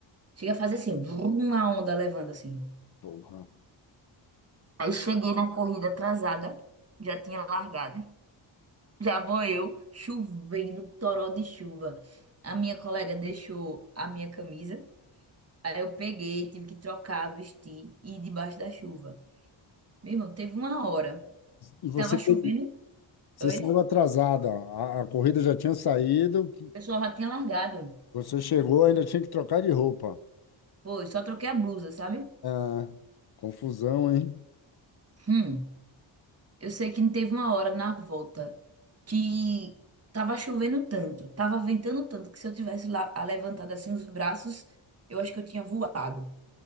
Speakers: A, on the right; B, on the left.
A: Chega a fazer assim, brum, uma onda levando assim.
B: porra.
A: Aí cheguei na corrida atrasada, já tinha largado. Já vou eu, chovendo, toró de chuva. A minha colega deixou a minha camisa. Aí eu peguei, tive que trocar, vestir e ir debaixo da chuva. Meu irmão, teve uma hora
B: E
A: que
B: você,
A: tava
B: teve-
A: chovendo.
B: você
A: Oi?
B: saiu atrasada. A, a corrida já tinha saído,
A: O pessoal já tinha largado.
B: você chegou, ainda tinha que trocar de roupa.
A: Pô, eu só troquei a blusa, sabe?
B: É, confusão, hein?
A: Hum. Eu sei que teve uma hora na volta que tava chovendo tanto, tava ventando tanto, que se eu tivesse lá a- levantado assim os braços, eu acho que eu tinha voado.